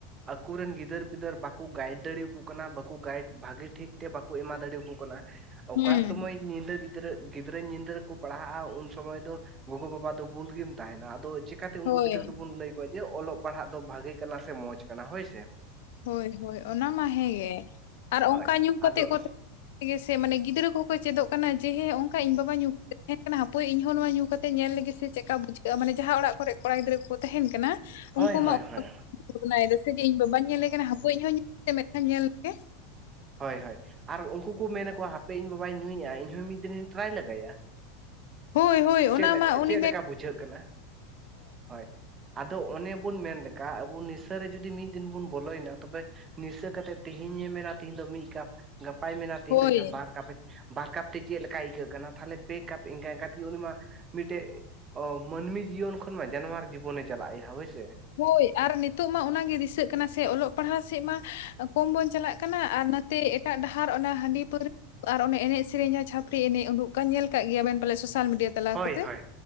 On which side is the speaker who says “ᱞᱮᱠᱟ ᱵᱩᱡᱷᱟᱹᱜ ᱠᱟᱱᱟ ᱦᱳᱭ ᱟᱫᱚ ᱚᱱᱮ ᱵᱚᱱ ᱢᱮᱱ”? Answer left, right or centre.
Right